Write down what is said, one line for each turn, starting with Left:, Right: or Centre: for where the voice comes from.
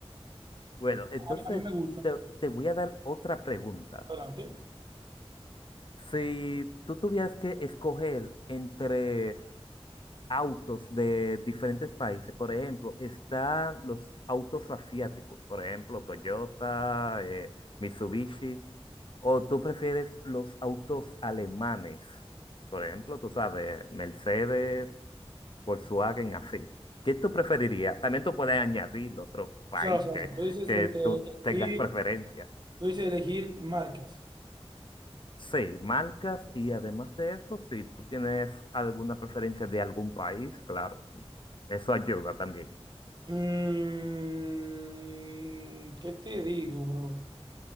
Left: Bueno, entonces
Right: A mí, a mí me gustan.
Left: te, te voy a dar otra pregunta.
Right: Adelante.
Left: Si tú tuvieras que escoger entre autos de diferentes países, por ejemplo, están los autos asiáticos, por ejemplo, Toyota, eh, Mitsubishi, o tú prefieres los autos alemanes, por ejemplo, tú sabes, Mercedes, Volkswagen así. ¿Qué tú preferirías? También tú puedes añadir otro país
Right: O sea, o sea,
Left: que,
Right: o sea, tú dices
Left: que
Right: entre
Left: tú tengas
Right: elegir,
Left: preferencia.
Right: tú dices elegir marcas.
Left: Sí, marcas y además de eso, si tú tienes alguna preferencia de algún país, claro, eso ayuda también.
Right: Mm, ¿qué te digo, bro?